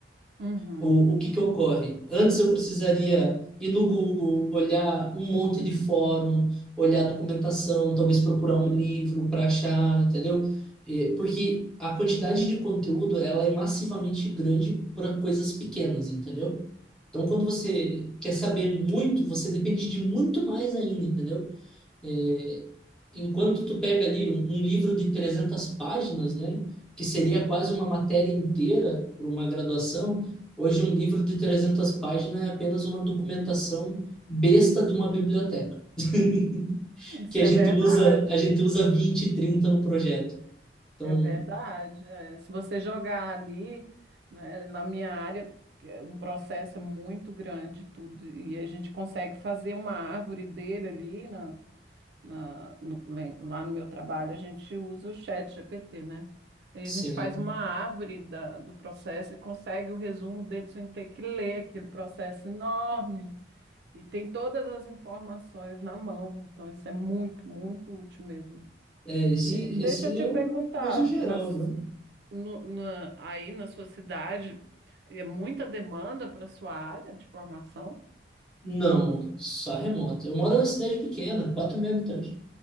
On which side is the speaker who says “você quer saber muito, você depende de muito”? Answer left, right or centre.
Centre